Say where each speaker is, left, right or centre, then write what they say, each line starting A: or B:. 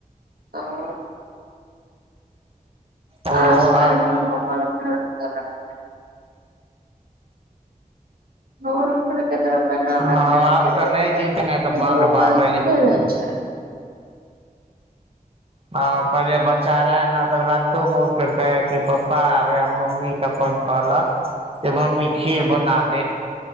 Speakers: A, on the right; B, on the right.
A: <unintelligible> <unintelligible>
B: ओ आब
A: <unintelligible> तरफ ना
B: हँ
A: भए गेले ने
B: आब
A: केकरो
B: तऽ
A: केकरो
B: नहि जीत ने तऽ बाप रे
A: पासे
B: बाप
A: दुघे नहि छै।
B: ह पहिले बच्चा रहे ने तऽ रातो म कह कि पप्पा य मम्मी के अपन कहलक जे मम्मी खीर बना दे